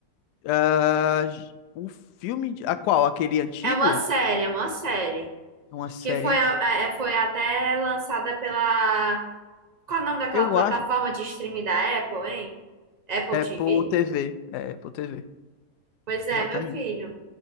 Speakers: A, on the left; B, on the right.
A: Ah, j- o filme. de- A qual? Aquele antigo?
B: É uma série, é uma série,
A: É Uma série
B: que foi,
A: antes.
B: a- é- é, foi até lançada pela... Qual é o nome daquela
A: Eu
B: plataforma
A: acho.
B: de streaming da Apple, hein? Apple
A: É
B: TV?
A: Apple TV. É Apple TV.
B: Pois é,
A: Exatamente.
B: meu filho.